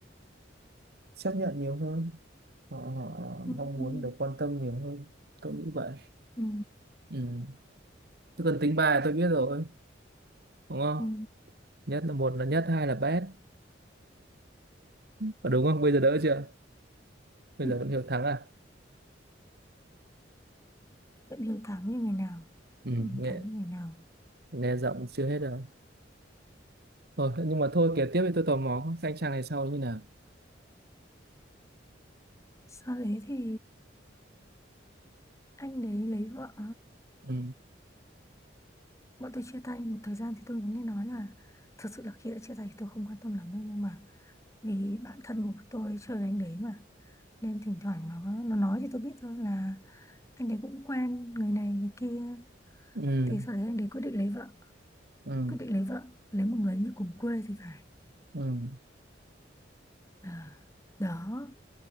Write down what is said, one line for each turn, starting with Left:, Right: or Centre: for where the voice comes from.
Right: chấp nhận nhiều hơn họ, họ ờ,
Left: ừ.
Right: mong muốn được quan tâm nhiều hơn tôi nghĩ vậy
Left: Ừ.
Right: ừ. chứ còn tính bài tôi biết rồi đúng không
Left: Ừ.
Right: nhất là một là nhất hai là bét Ờ, đúng không bây giờ đỡ chưa bây
Left: <laughs>
Right: giờ vẫn hiểu thắng à
Left: vẫn hiếu thắng như ngày nào
Right: ừ.
Left: vẫn hiếu
Right: nghe
Left: thắng như ngày nào
Right: nghe giọng chưa hết rồi thôi nhưng mà thôi kể tiếp thì tôi tò mò các anh chàng này sau như nào
Left: sau đấy thì anh đấy lấy vợ
Right: ừ.
Left: bọn tôi chia tay một thời gian thì tôi cũng nghe nói là thật sự là khi đã chia tay thì tôi không quan tâm lắm đâu nhưng mà vì bạn thân của tôi chơi với anh đấy mà nên thỉnh thoảng nó nó nói thì tôi biết thôi là anh đấy cũng quen người này người kia
Right: ừ
Left: thì sau đấy anh đấy quyết định lấy vợ
Right: ừ
Left: quyết định lấy vợ lấy một người như cùng quê thì phải
Right: ừ
Left: à, đó